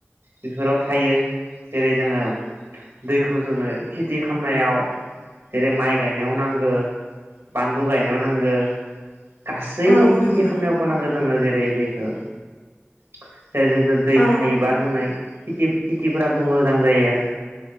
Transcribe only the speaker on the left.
औ नोंथां
औ